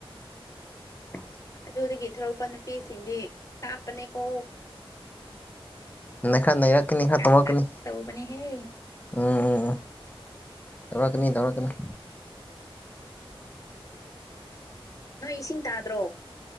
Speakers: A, on the left; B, on the left.
A: <inaudible>
B: ꯑꯗꯨꯗꯒꯤ ꯊꯣꯔꯛꯄ ꯅꯨꯄꯤꯁꯤꯡꯗꯤ ꯀꯥꯞꯄꯅꯦꯀꯣ
A: ꯅ ꯈꯔ ꯅꯩꯔꯛꯀꯅꯤ ꯈꯔ
B: ꯀꯥꯛꯇꯛ
A: ꯇꯧꯔꯛꯀꯅꯤ
B: ꯇꯧꯕꯅꯦꯍꯦ
A: ꯎꯝ ꯎꯝ ꯎꯝ ꯇꯧꯔꯛꯀꯅꯤ ꯇꯧꯔꯛꯀꯅꯤ
B: ꯅꯣꯏ ꯏꯁꯤꯡ ꯇꯥꯗ꯭ꯔꯣ